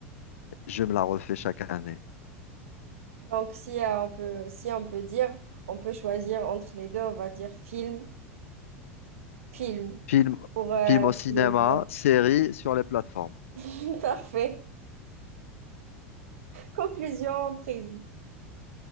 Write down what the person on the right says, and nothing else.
donc si euh, on peut, si on peut dire, on peut choisir entre les deux, on va dire film, film
pour euh,
cinéma.
<laughs> Parfait. Conclusion prise.